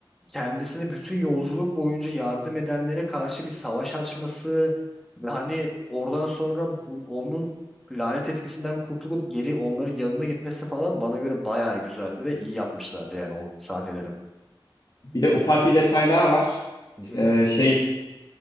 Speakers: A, in the centre; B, on the left (about 50°).
A: kendisine bütün yolculuk boyunca yardım edenlere karşı bir savaş açması ve hani oradan sonra bu- onun lanet etkisinden kurtulup geri onların yanına gitmesi falan bana göre bayağı güzeldi ve iyi yapmışlardı yani o sahnelerim.
B: Bir de ufak bir detay daha var.
A: Hı hı.
B: Ee, şey